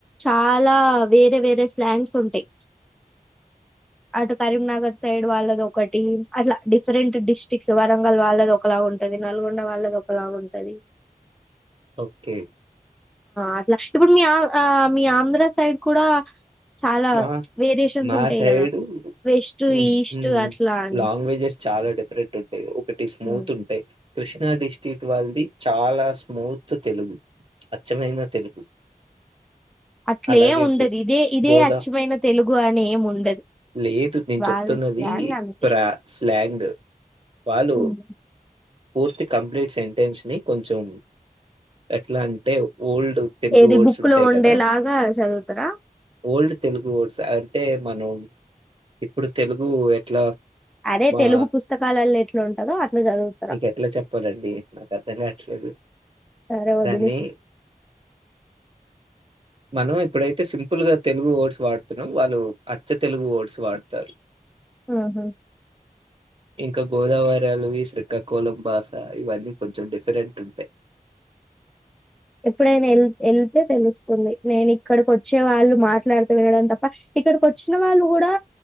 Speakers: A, in the centre; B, on the right (about 35°).
A: చాలా అలా వేరే వేరే స్లాంగ్ ఉంటాయి అటు కరీంనగర్ సైడ్ వాళ్ళది ఒకటి అట్లా డిఫరెంట్ డిస్టి్రిక్ట్స్ వరంగల్ వాళ్ళది ఒకలా ఉంటది నల్గొండ వాళ్ళది ఒకలా అలాగుంటది
B: ఓకే
A: అట్లా ఇప్పుడు మీ ఆ మీ ఆంధ్ర సైడ్ కూడా చాలా
B: మా
A: వేరియేషన్స్
B: మా
A: ఉంటాయి
B: side
A: కదా west
B: hmm
A: east
B: hmm
A: అట్లా అని
B: లాంగ్వేజెస్ చాలా డిఫరెంట్ ఒకటి స్మూత్
A: హ్మ్.
B: ఉంటాయ్ కృష్ణా డిస్ట్రిక్ వాళ్ళది చాలా స్మూత్ తెలుగు అచ్చమైన తెలుగు
A: అట్లే
B: అలాగే
A: ఉండదు
B: గో
A: ఇదే ఇదే
B: గోదా
A: అచ్చమైన తెలుగు అని ఏం ఉండదు
B: లేదు నేను
A: వాళ్ళ
B: చెప్తున్నది
A: స్లాంగ్ అంతే
B: ఫ్రా స్లాంగ్ వాళ్ళు
A: హ్మ్.
B: పూర్తి కంప్లీట్ సెంటెన్స్ని కొంచెం ఎట్లా అంటే ఓల్డ్ తెలుగు
A: ఏది
B: వర్డ్స్
A: బుక్
B: ఉంటాయి
A: లో ఉండేలాగా
B: కదా
A: చదువుతారా
B: ఓల్డ్ తెలుగు వర్డ్స్ అంటే మనం ఇప్పుడు తెలుగు ఎట్లా
A: అదే
B: మా
A: తెలుగు పుస్తకాలల్లో ఎట్లుంటందో అట్లా జదువు
B: మీకెట్ల చెప్పాలండి నాకర్థం కాట్లేదు
A: సరే వదిలి
B: దాన్ని మనం ఇప్పుడైతే సింపుల్ గా తెలుగు ఓల్డ్ స్ వాడుతున్నా వాళ్ళు అచ్చ తెలుగు వర్డ్స్ వాడతారు
A: ఆహా
B: ఇంకా గోదావరల్లవి శ్రీకా కోలం భాష ఇవన్నీ కొంచెం డిఫరెంట్ ఉంటాయి
A: ఎప్పుడైనా వెల్ వెళ్తే తెలుస్తుంది నేను ఇక్కడికి వచ్చే వాళ్ళు మాట్లాడితే వెళ్ళడం తప్ప ఇక్కడికి వచ్చిన వాళ్ళు కూడా